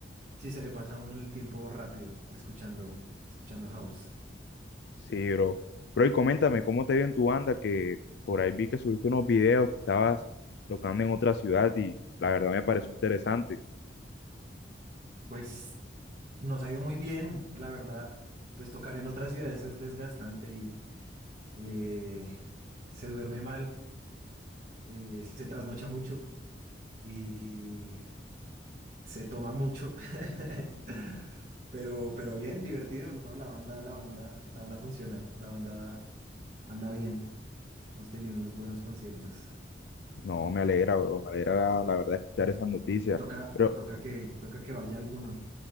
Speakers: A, on the right; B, on the left.
A: sí se le pasa a uno el tiempo rápido escuchando, escuchando house.
B: Sí, bro. Bro, y coméntame, ¿cómo te dio en tu banda? Que por ahí vi que subiste unos videos que estabas tocando en otra ciudad y la verdad me pareció interesante.
A: Pues nos ha ido muy bien, la verdad. Pues tocar en otras ciudades es desgastante y eh, se duerme mal, eh, se trasnocha mucho. y se toma mucho. <laughs> Pero, pero bien, divertido, ¿no? La banda, la banda, la banda funciona, la banda anda bien. Hemos tenido unos buenos conciertos.
B: No, me alegra, bro, me alegra la, la verdad escuchar esas noticias.
A: Toca,
B: Pero
A: toca que, toca que vaya alguno,